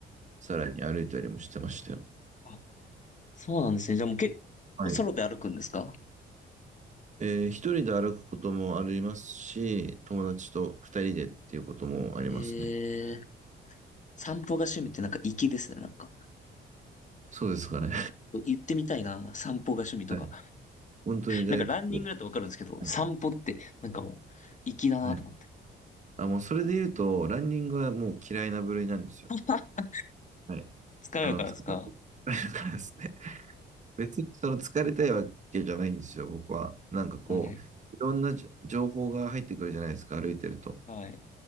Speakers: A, on the right; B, on the left.
A: さらに歩いたりもしてましたよ。
B: あ、そうなんですね。じゃあもう結構ソロで歩くんですか
A: はい。えー一人で歩くこともありますし、友達と二人でっていうこともありますね。
B: ええ、散歩が趣味ってなんか粋ですね。なんか、
A: そうですかね。
B: 言ってみたいな、散歩が趣味とか。
A: <laughs> はい。本当に大好きで。
B: なんかランニングだとわかるんですけど、
A: はい。
B: 散歩って、なんかもう、粋だなと思って。
A: はいあ、もうそれで言うと、ランニングはもう嫌いな部類なんですよ。
B: <laughs>
A: はい。
B: 疲れるからですか
A: あの、疲れるからですね。<laughs> 別にその疲れたいわけじゃないんですよ、僕は。なんかこう、
B: はい。
A: いろんなじょ情報が入ってくるじゃないですか、歩いてると。
B: はい。